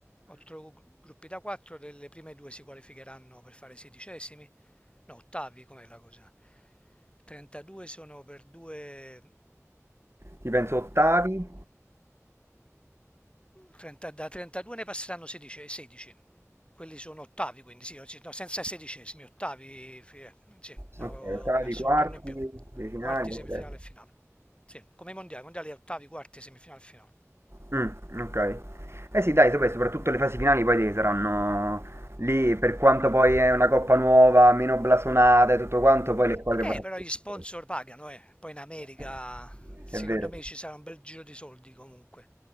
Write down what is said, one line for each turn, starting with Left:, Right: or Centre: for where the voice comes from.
Left: otto gru- gruppi da quattro, delle prime due si qualificheranno per fare sedicesimi, no, ottavi, com'è la cosa? 32 sono per due,
Right: Ti penso ottavi,
Left: 30 da 32 ne passeranno 16, 16. Quelli sono ottavi, quindi sì, oggi- no, senza sedicesimi, ottavi, fi- sì,
Right: ok,
Left: ho
Right: ottavi,
Left: messo
Right: quarti,
Left: un turno in più.
Right: le finali,
Left: Quarti, semifinale
Right: eccetera.
Left: e finale. Sì, come i mondiali, mondiali ottavi, quarti, semifinale e finale.
Right: Mh, okay. Eh sì dai, vabbè soprattutto le fasi finali poi saranno lì per quanto poi è una coppa nuova, meno blasonata e tutto quanto, poi le squadre
Left: Eh,
Right: potranno
Left: però
Right: vincere.
Left: gli sponsor pagano, eh. Poi in America,
Right: <laughs>
Left: secondo
Right: È vero.
Left: me ci sarà un bel giro di soldi comunque,